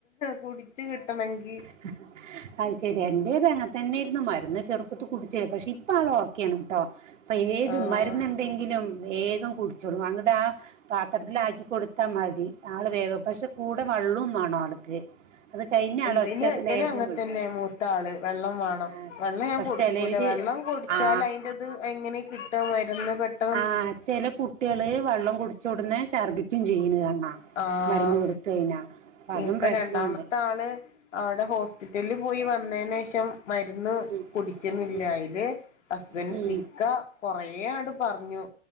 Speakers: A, on the left; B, on the right.
A: കുടിച്ച് കിട്ടണെങ്കി
B: <unintelligible> ഐശ്ശേരി എന്റെേതും അങ്ങനെത്തന്നെയായിരുന്നു മരുന്ന് ചെറുപ്പത്ത് കുടിച്ചെ പക്ഷെ ഇപ്പ ആള് ഓക്കെയാണ്‌ട്ടോ ഇപ്പൊ ഏത്
A: ആഹ്
B: മരുന്നുണ്ടെങ്കിലും വേഗം കുടിച്ചോളും അന്നിട്ട് ആ പാത്രത്തിലാക്കി കൊടുത്താ മതി ആള് വേഗം പക്ഷെ കൂടെ വെള്ളോം വേണോം ആൾക്ക് അത് കഴിഞ്ഞ ആൾ ഒറ്റ
A: പിന്നെ ഇബെൻ
B: ലേശം
A: അങ്ങെൻ
B: വെള്ളം
A: തെന്നെ മൂത്ത ആൾ വെള്ളം വാണം
B: ആ,
A: വെള്ളം ഞാൻ
B: പക്ഷെ
A: കൊടുക്കൂല
B: ചിലവര്
A: വെള്ളം കുടിച്ചാല്
B: ആ
A: അതിന്റെത് എങ്ങനെ കിട്ടുവാ മരുന്ന് പെട്ടെ
B: ആ ചെല കുട്ടികള് വെള്ളം കുടിച്ചോടനെ ഛർദ്ദിക്കേം ചെയ്യുന്ന കാണാം
A: ആഹ്
B: മരുന്ന് കൊടുത്തു കഴിഞ്ഞാ അപ്പൊ അതും
A: ഇപ്പൊ
B: പ്രശ്നമാണ്
A: രണ്ടാമത്തെ ആള് അയുടെ ഹോസ്പിറ്റെല്ൽ പോയി വന്നെയ്ന് ശേഷം മര്ന്ന്
B: ഉം,
A: കുടിക്ക്ണ് ഇല്ല
B: ഉം,
A: അയിൽ ഹസ്ബൻഡ്
B: ഉം,
A: ഇക്ക കൊറേ അങ്ങട് പറഞ്ഞു